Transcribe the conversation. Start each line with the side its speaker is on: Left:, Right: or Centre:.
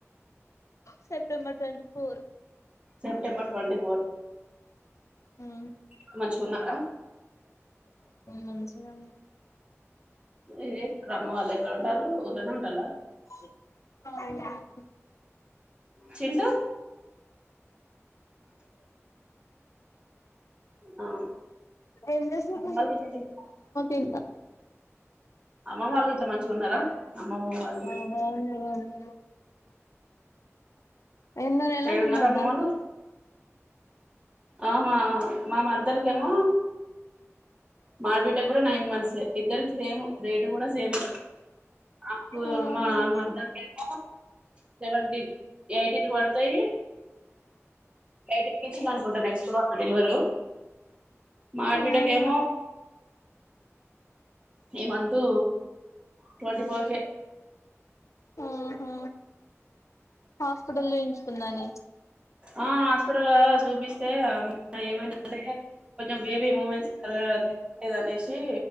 Left: September twenty four
Right: September twenty
Left: ఉ
Right: మంచి మన క ఉన్న కా
Left: మంచి గునమ
Right: ఏ క్రమం వాళ్ళు ఎక్కడ ఉంటాల ఊరనే ఉంటాలా
Left: అ
Right: చింటూ ఆ
Left: ఎంత సూకు
Right: వాళ్ళు
Left: ఎ
Right: అమ్మ వాళ్ళు ఇట్లా మంచిగా ఉన్నారా అమ్మమ్మ వాళ్ళు
Left: ఆ బాగున్నారు అందరూ ఎన్నో నెల
Right: య డఉన్నారా
Left: మీ మరదలికి
Right: మమలు ఆమ మా మరదలకి ఏమ మాార్బిట కూడా నైన్ మంత్స్ ఇద్దరికి సేమ్ రేటు కూడా సేమ్ ఆకుమా
Left: ఆహా
Right: మర్దం జసెవెంటన్ ఎయిటీన్ పడతాయి ఎయిటీన్ ఇి అనుకుంటా నెక్స్ట్వ్ అదిల్వరు మబిటకేమో
Left: ఆహా
Right: ఇవంతూ ట్వంటీ ఫోర్ కే
Left: ఆహా హాస్పిటల్ వయించుకున్నాా నే
Right: ఆ అపుడుచూభస్తేదం దెఏమైదే కొంచెం బేబీ మూమెంట్స్నే వచ్చి